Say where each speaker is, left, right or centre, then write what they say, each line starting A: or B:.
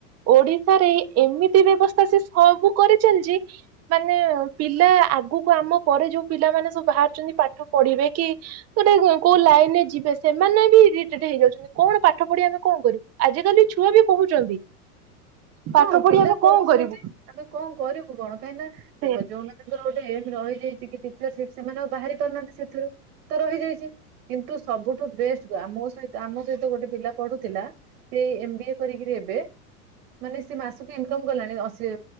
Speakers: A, on the right (about 30°); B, on the right (about 60°).
A: ଓଡିଶାରେ ଏମିତି ବ୍ୟବସ୍ଥା ସେ ସବୁ କରିଚାଲିଛି। ମାନେ ପିଲା ଆଗକୁ ଆମ ପରେ ଯୋଉ ପିଲାମାନେ ସବୁ ବାହାରୁଛନ୍ତି ପାଠ ପଢିବେ କି ଗୋଟେ କୋଉ ଲାଇନରେ ଯିବେ ସେମାନେ ବି ଇରିଟେଟ ହେଇଯାଉଛନ୍ତି କଣ ପାଠ ପଢି ଆମେ କଣ କରିବୁ। ଆଜିକାଲି ଛୁଆ ବି କହୁଛନ୍ତି। ପାଠ
B: ହଁ
A: ପଢି
B: ପିଲା
A: ଆମେ
B: କହୁଛନ୍ତି
A: କଣ କରିବୁ
B: ଆମେ କଁ କରିବୁ କଣ କାହିଁକି ନା
A: ସେ
B: ଦେଖ ଯଉନା ତାଙ୍କର ଗୋଟେ ଏମ ରହିଯାଇଛି କି ଟିଚରସିପ ସେମାନେ ଆଉ ବାହାରି ପାରୁନାହାନ୍ତି ସେଥିରୁ। ତ ରହିଯାଇଛି କିନ୍ତୁ ସବୁଠୁ ବେଷ୍ଟ ଆ ମୋ ସହି ଆମ ସହିତ ଗୋଟେ ପିଲା ପଢୁଥିଲା ସେଇ ଏମ ବି ଏ କରିକିରି ଏବେ ମାନେ ସେ ମାସକୁ ଇନକମ କଲାଣି ଅଶୀ